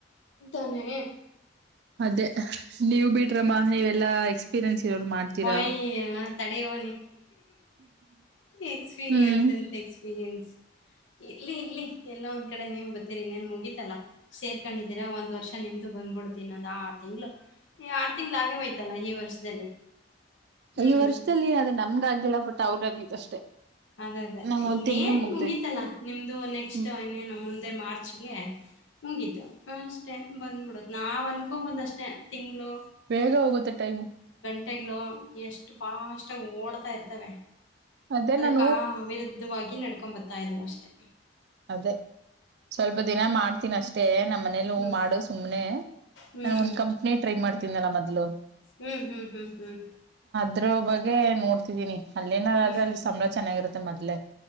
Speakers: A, on the left; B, on the right.
A: ಇದ ತಾನೆ
B: ಅದೇ ನೀವ ಬಿದ್ರಮ್ಮ ಮ್ಮ ನೀವೆಲ್ಲಾ ಎಕ್ಸ್ಪೀರಿಯನ್ಸ್ ಇರೋರು ಮಾಡ್ತೀರಾ
A: ಒಯ್ ತಡೆಯುವ ಎಕ್ಸ್ಪೀರಿಯನ್ಸ್
B: ಹ್ಮ್
A: ಅಂತ ಎನ್ ಇಲ್ಲಿ ಇಲ್ಲಿ ಎಲ್ಲ ಒಂದ್ ಕಡೆ ನೀವು ರಿ ನೀನ್ ಮುಗೀತಲ್ಲಾ ಸೇರ್ಕೊಂಡಿದ್ದೀರಾ ಒಂದ್ ವರ್ಷ ನಿಮ್ದು ಬಂದ್ಬಿಡ್ತನೊಂದಂದು ಆರು ತಿಂಗ್ಗಳು ಈ ಆರು ತಿಂಗ್ಗಳು ಆಗೇಯ್ತಲ್ಲ ಈ ವರ್ಷದಲ್ಲಿ ಹ್ಮ್
B: ಐ ವರ್ಷದಲ್ಲಿ ಅದ ನಮ್ಗ ಆಗ್ಲಿಲ್ಲ ಬಟ್ ಅವ್ರಿಗ ಆಗ್ದ ಅಷ್ಟೇ
A: ಅದೇ ಅದೇ
B: ನಂಗ ಒಂದ್
A: ಇನ್ನೇನ್
B: ತಿಂಗ್ಳ ಮುಗ್ದೈತ್
A: ಮುಗೀತಲ್ಲಾ ನಿಮ್ದು ನೆಕ್ಸ್ಟ್
B: ಹ್ಮ್
A: ಇನ್ನೇನು ಮುಂದೆ ಮಾರ್ಚ್ಗೆ ಮುಗಿತು ಅಷ್ಟೇ ಬಂದ್ಬಿಡುತ್ತ ನಾವ್ ಅನ್ಕೊಬಂದ ಅಷ್ಟೇ ತಿಂಗಗಳು
B: ಬೇಗ ಹೋಗುತ್ತೆ ಟೈಮು
A: ಗಂಟೆಗಳು ಎಷ್ಟು ಬಾಸ್ಾಗಿ ಓಡ್ತಾ ಇರ್ತವೆ
B: ಅದೇ ನ
A: ಕಾ ವಿರುದ್ಧವಾಗಿ ನಡ್ಕೊಂಡ್ಂಬರ್ತಾ ಇದ್ದೀವಿ ಅಷ್ಟೇ
B: ಅದೇ ಸ್ವಲ್ಪ ದಿನ ಮಾಡ್ತೀನಿ ಅಷ್ಟೇ ನಮ್ಮ್ ಮನೇಲಿ
A: ಹ್ಮ್
B: ಹೂ ಮಾಡು ಸುಮ್ಮ್ನೆ
A: ಹ್ಮ್
B: ನಾನ ಒಂದ್ ಕಂಪ್ನಿ ಟ್ರೈ ಮಾಡ್ತೀನಲ್ಲ ಮೊದ್ಲು
A: ಹ್ಮ್ ಹ್ಮ್ ಹ್ಮ್ ಹ್ಮ್
B: ಅ್ರ ಬಗ್ಗೆ ನೋಡ್ತಿದೀನಿ ಅಲ್ಲೇನಾರ
A: ಹ್ಮ್
B: ಆದ್ರೆ ಅಲ್ಲಿ ಸಂಬಳ ಚೆನ್ನಾಗಿರುತ್ತೆ ಮೊದ್ಲೆ